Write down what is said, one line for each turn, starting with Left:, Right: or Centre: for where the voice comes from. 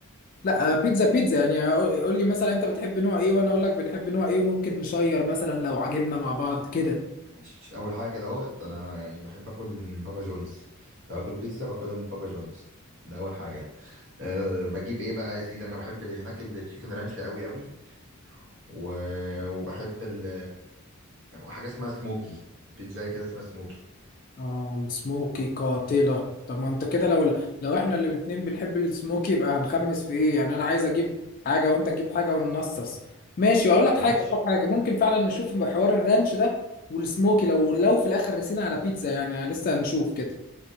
Left: لا آه، بيتزا بيتزا يعني قول لي مثلا انت بتحب نوع ايه وانا اقول لك بنحب نوع ايه وممكن نشير مثلا لو عجبنا مع بعض كده
Right: ماشي اول حاجه كده اهوت انا يعني بحب اكل من بابا جونز لو اكل بيتزا باكلها من بابا جونز ده اول حاجه أه بجيب ايه بقى يا سيدي انا بحب اللي هناك التشيكن رانش قوي قوي و... وبحب ال... حاجه اسمها سموكي بيتزا كده اسمها سموكي
Left: اه السموكي قاتلة طب ما انت كده لو لو احنا اللي الاتنين بنحب السموكي يبقى هنخمس في ايه يعني انا عايز اجيب حاجة وانت تجيب حاجة وننصص ماشي اقول لك
Right: ماشي
Left: حاجة اقول لك حاجة ممكن فعلا نشوف حوار الرانش ده والسموكي لو لو في الاخر رسينا على بيتزا يعني لسه هنشوف كده